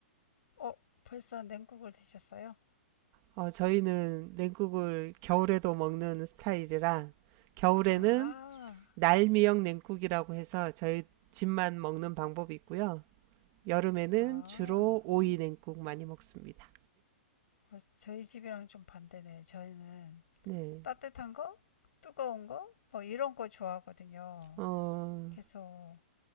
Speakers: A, on the left; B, on the right.
A: 어, 벌써 냉국을 드셨어요?
B: 어, 저희는 냉국을 겨울에도 먹는 스타일이라 겨울에는
A: 아하,
B: 날미역 냉국이라고 해서 저희 집만 먹는 방법이 있고요. 여름에는
A: 아,
B: 주로 오이 냉국 많이 먹습니다.
A: 어, 저희 집이랑 좀 반대네. 저희는
B: 네.
A: 따뜻한 거, 뜨거운 거, 뭐 이런 거 좋아하거든요.
B: 어,
A: 계속